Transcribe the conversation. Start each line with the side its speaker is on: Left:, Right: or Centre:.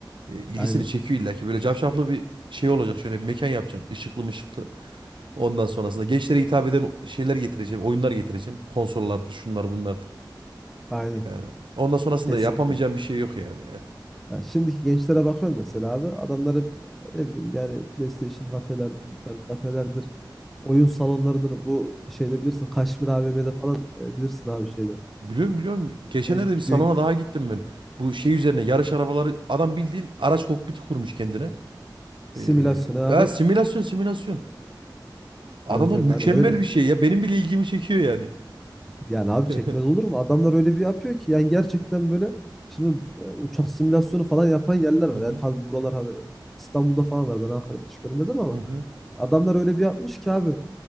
Right: e, ilgisini
Centre: Aynen.
Right: çekiyor illa ki. Böyle cafcaflı bir şey olacak. Şöyle bir mekan yapacaksın. Işıklı mışıklı. Ondan sonrasında gençlere hitap eden şeyler getireceksin. Oyunlar getireceksin. Konsollardır, şunlar bunlardır.
Centre: Aynen.
Right: Yani ondan sonrasında
Centre: Kesinlikle.
Right: yapamayacağım bir şey yok yani ya.
Centre: Ya şimdiki gençlere bakıyorum mesela abi. Adamlar hep e, ne bileyim yani PlayStation kafelerdir, internet kafelerdir, oyun salonlarıdır. Bu şeyde bilirsin Kaşmir AVM'de falan e, bilirsin abi şeyde.
Right: Biliyorum biliyorum. Geçenlerde
Centre: E,
Right: bir salona
Centre: gö-
Right: daha gittim ben. Bu şey üzerine yarış arabaları adam bildiğin araç kokpiti kurmuş kendine.
Centre: simülasyon
Right: Ee,
Centre: abi.
Right: ya simülasyon simülasyon. Adamlar
Centre: Evet evet
Right: mükemmel
Centre: hani öyle
Right: bir şey ya. Benim bile ilgimi çekiyor yani.
Centre: Yani abi
Right: Hı
Centre: çekmez olur mu? Adamlar öyle bir yapıyor ki yani gerçekten böyle şimdi e, uçak simülasyonu falan yapan yerler var.
Right: hı.
Centre: Yani tabii buralar hani İstanbul'da falan var. Ben Ankara'da hiç görmedim ama
Right: Hı hı.
Centre: Adamlar öyle bir yapmış ki abi.